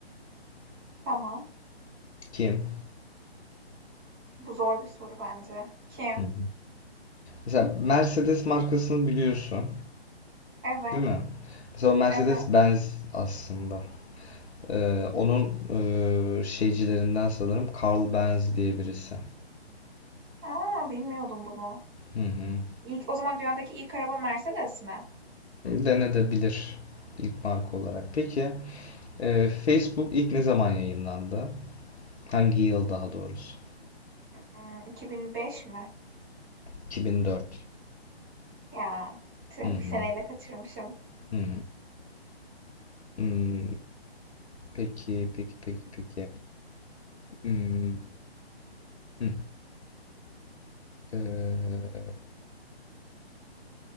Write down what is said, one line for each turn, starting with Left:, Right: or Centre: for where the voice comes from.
Right: Tamam.
Left: kim?
Right: Bu zor bir soru bence. Kim?
Left: Hı hı. Mesela Mercedes markasını biliyorsun,
Right: Evet.
Left: değil mi? Mesela o Mercedes-Benz
Right: Evet.
Left: aslında. Ee, onun e, şeycilerinden sanırım Carl Benz diye birisi.
Right: Aa bilmiyordum bunu.
Left: Hı hı.
Right: İlk, o zaman dünyadaki ilk araba Mercedes mi?
Left: Denedebilir ilk marka olarak. Peki, e, Facebook ilk ne zaman yayınlandı? Hangi yıl daha doğrusu?
Right: Hmm, 2005 mi?
Left: 2004.
Right: Ya tüh,
Left: Hı hı.
Right: bir seneyle kaçırmışım.
Left: Hı hı. Hmm, Peki, peki, peki, peki. Hmm, hı. Ee,